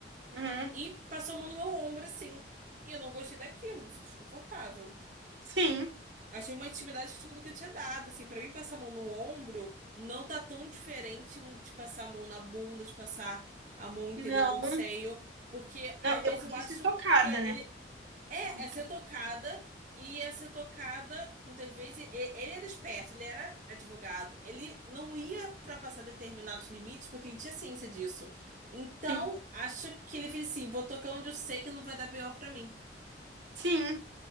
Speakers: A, on the right; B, on the right.
A: Uhum.
B: e passou a mão no meu ombro assim. E eu não gostei daquilo, me senti desconfortável.
A: Sim.
B: Achei uma intimidade que, tipo, nunca tinha dado, assim. Pra mim, passar a mão no ombro não tá tão diferente de passar a mão na bunda, de passar a mão, entendeu,
A: Não,
B: num seio. Porque, às
A: não,
B: vezes,
A: eu podia
B: eu acho
A: ser tocada,
B: que é,
A: né?
B: ele é,
A: Então,
B: é ser tocada e é ser tocada, muitas vezes, e- ele era esperto, ele era advogado. Ele não ia ultrapassar determinados limites porque ele tinha ciência disso. Então,
A: sim,
B: acho que ele fez assim, vou tocar onde eu sei que não vai dar pior pra mim.
A: sim.